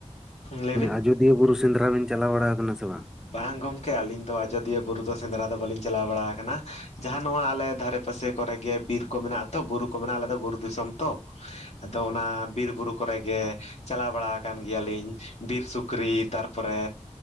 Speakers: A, on the left; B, in the centre.
A: ᱞᱟᱹᱭ ᱵᱤᱱ
B: ᱟᱡᱩᱫ ᱵᱤᱨ ᱵᱩᱨᱩ ᱥᱮᱸᱫᱽᱨᱟ ᱵᱮᱱ ᱪᱟᱞᱟᱣ ᱵᱟᱲᱟ ᱟᱠᱟᱱᱟ ᱥᱮ ᱵᱟᱝ
A: ᱵᱟᱝ ᱜᱚᱢᱠᱮ ᱟᱹᱞᱤᱧ ᱫᱚ ᱟᱡᱚᱫᱤᱭᱟᱹ ᱵᱩᱨᱩ ᱫᱚ ᱥᱮᱸᱫᱽᱨᱟ ᱫᱚ ᱵᱟᱹᱞᱤᱧ ᱪᱟᱞᱟᱣ ᱵᱟᱲᱟ ᱟᱠᱟᱱᱟ ᱡᱟᱦᱟᱸ ᱱᱚᱣᱟ ᱟᱞᱮ ᱫᱷᱟᱨᱮ ᱯᱟᱥᱮ ᱠᱚᱨᱮ ᱜᱮ ᱵᱤᱨ ᱠᱚ ᱢᱮᱱᱟᱜᱼᱟ ᱟᱛᱚ ᱵᱩᱨᱩ ᱠᱚ ᱢᱮᱱᱟᱜᱼᱟ ᱟᱞᱮ ᱫᱚ ᱵᱩᱨᱩ ᱫᱤᱥᱚᱢ ᱛᱚ ᱟᱫᱚ ᱚᱱᱟ ᱵᱤᱨ ᱵᱩᱨᱩ ᱠᱚᱨᱮ ᱜᱮ ᱪᱟᱞᱟᱣ ᱵᱟᱲᱟ ᱟᱠᱟᱱ ᱜᱮᱭᱟᱞᱤᱧ ᱵᱤᱨ ᱥᱩᱠᱨᱤ ᱛᱟᱨᱯᱚᱨᱮ